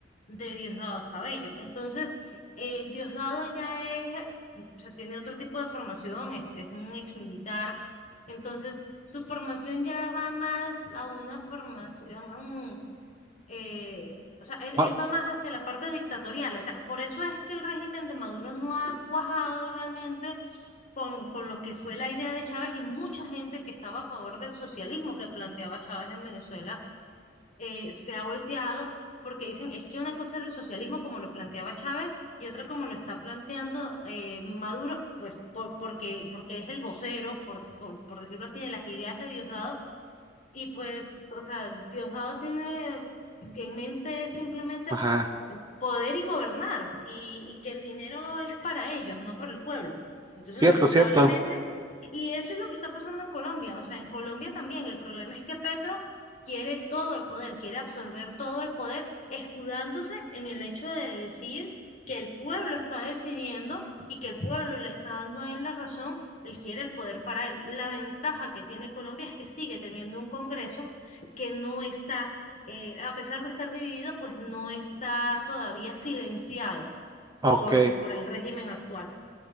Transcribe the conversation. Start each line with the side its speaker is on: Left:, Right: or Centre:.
Left: de Diosdado Cabello, entonces eh, Diosdado ya es, o sea, tiene otro tipo de formación, es, es un exmilitar, entonces su formación ya va más a una formación eh, o sea, él,
Right: Ah,
Left: él va más hacia la parte dictatorial, o sea, por eso es que el régimen de Maduro no ha cuajado realmente con, con lo que fue la idea de Chávez y mucha gente que estaba a favor del socialismo que planteaba Chávez en Venezuela eh, se ha volteado porque dicen, es que una cosa era el socialismo como lo planteaba Chávez y otra como lo está planteando eh, Maduro, pues por, porque, porque es el vocero, por, por, por decirlo así, de las ideas de Diosdado y pues, o sea, Diosdado tiene en mente simplemente
Right: ajá,
Left: poder y gobernar y, y que el dinero es para ellos, no para el pueblo. Entonces,
Right: cierto,
Left: lamentablemente,
Right: cierto,
Left: y eso es lo que está pasando en Colombia. O sea, en Colombia también el problema es que Petro quiere todo el poder, quiere absorber todo el poder, escudándose en el hecho de decir que el pueblo está decidiendo y que el pueblo le está dando a él la razón, él quiere el poder para él. La ventaja que tiene Colombia es que sigue teniendo un Congreso que no está eh, a pesar de estar dividida, pues no está todavía silenciado
Right: ok.
Left: por, por el régimen actual.